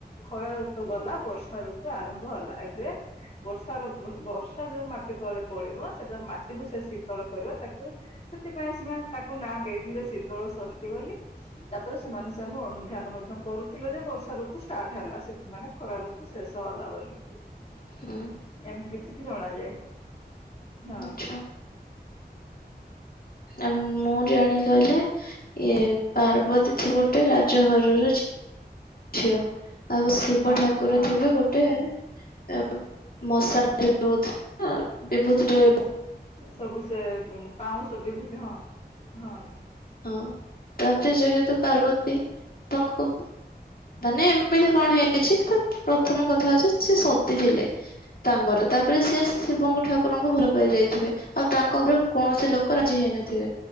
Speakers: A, on the left (about 35°); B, on the left (about 60°).
A: ଖରା ଋତୁ ଗଲା ବର୍ଷା ଋତୁ ଆରମ୍ଭ ହେଲା ଏବେ ବର୍ଷାର ବର୍ଷା ଯୋଉ ମାଟି ତଳେ ପଡିବ ସେଟା ମାଟିକୁ ସେ ଶୀତଳ କରିବ ତାକୁ ସେଥିପାଇଁ ସେମାନେ ତାକୁ ନାଁ ଦେଇଥିଲେ ଶୀତଳ ଷଷ୍ଠୀ ବୋଲି ତାପରେ ସେମାନେ ସେନୁ ଅନୁଧ୍ୟାନ ମଧ୍ୟ କରୁଥିଲେ ଯେ ବର୍ଷା ଋତୁ ଷ୍ଟାର୍ଟ ହେଲା ସେ ମାନେ ଖରା ଋତୁ ଶେଷ ହେଲା ବୋଲି
B: <inaudible>
A: ଏମିତି କିଛିକି ଜଣା ଯାଏ ହଁ
B: ଆଛା ଆଉ ମୁଁ ଜାଣି ଗଲେ ଇଏ ପାର୍ବତୀ ଗୋଟେ ରାଜଘରର ଝି ଝିଅ ଆଉ ଶିବ
A: ହଁ
B: ଠାକୁର
A: ହଁ
B: ଥିବେ ଗୋଟେ ଟେ ମଶାଣି ରେ ରହୁଥିବା ବିଭୁତି ରେ
A: ସବୁ ସେ ପାଉଁସ ବିଭୂତି ହଁ ହଁ
B: ହଁ ତାପରେ ଯେହେତୁ ପାର୍ବତୀ ତାଙ୍କୁ ମାନେ ଏମିତି କଣ ହେଇଛି କି ପ୍ରଥମ କଥା ହଉଛି ସିଏ ସତୀ ଥିଲେ ତାଙ୍କର ତାପରେ ସିଏ ଶିବଙ୍କୁ ଠାକୁରଙ୍କୁ ଭଲ ପାଇ ଯାଇଥିବେ ଆଉ ତାଙ୍କ ଉପରେ କୌଣସି ଲୋକ ରାଜି ହେଇନଥିବେ